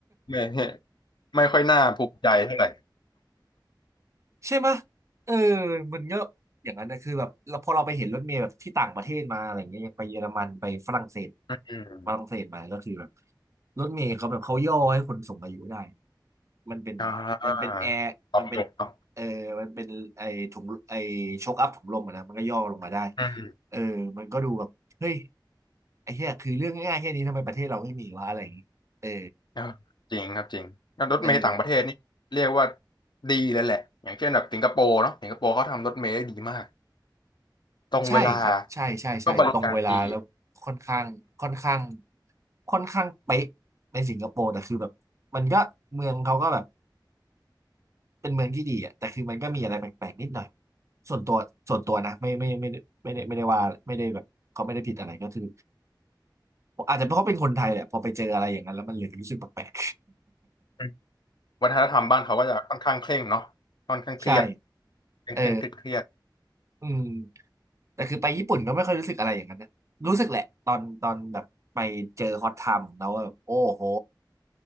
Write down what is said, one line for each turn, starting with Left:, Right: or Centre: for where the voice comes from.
Left: ไม่ไม่ค่อยน่าภูมิใจเท่าไหร่
Right: ใช่ไหมะเออมันเยอะอย่างนั้นนะคือแบบเราพอเราไปเห็นรถเมล์แบบที่ต่างประเทศมาอะไรเงี้ยอย่างไปเยอรมันไปฝรั่งเศส
Left: อืม
Right: ฝรั่งเศสมาก็คือแบบรถเมล์เขาแบบเขาย่อให้คนสูงอายุได้มันเป็นมันเป็นแอร์มันเป็น
Left: อ่าตอบโจทย์เนาะ
Right: เออมันเป็นไอถุงไอช็อคอัพถุงลมอะนะมันก็ย่อลงมาได้
Left: อืม
Right: เออมันก็ดูแบบเฮ้ยไอ้เหี้ยคือเรื่องง่ายๆแค่นี้ทำไมประเทศเราไม่มีวะอะไรอย่างงี้เออ
Left: เออจริงครับจริงแล้วรถเมล์ต่างประเทศนี่เรียกว่า
Right: เออ
Left: ดีเลยแหละอย่างเช่นแบบสิงคโปร์เนาะสิงคโปร์เขาทำรถเมล์ได้ดีมากตรงเวลา
Right: ใช่ครับใช่ใช่ใช่ตรงเวลาแล้วค่อนข้างค่อนข้าง
Left: ก็บริการดี
Right: ค่อนข้างเป๊ะในสิงคโปร์แต่คือแบบมันก็เมืองเขาก็แบบเป็นเมืองที่ดีอ่ะแต่คือมันก็มีอะไรแปลกๆนิดหน่อยส่วนตัวส่วนตัวนะไม่ไม่ไม่ได้ไม่ได้ไม่ได้ว่าไม่ได้แบบเขาไม่ได้ผิดอะไรก็คืออาจจะเพราะเขาเป็นคนไทยแหละพอไปเจออะไรอย่างนั้นแล้วมันเลยรู้สึกแปลก
Left: อืมวัฒนธรรมบ้านเขาก็จะค่อนข้างเคร่งเนาะค่อนข้างเครียด
Right: ๆ <laughs> ใช่
Left: เคร่งเคร่งเครียดเครียด
Right: เอออืมแต่คือไปญี่ปุ่นก็ไม่ค่อยรู้สึกอะไรอย่างนั้นนะรู้สึกแหละตอนตอนแบบไปเจอฮอตไทม์ของเราว่าแบบโอ้โห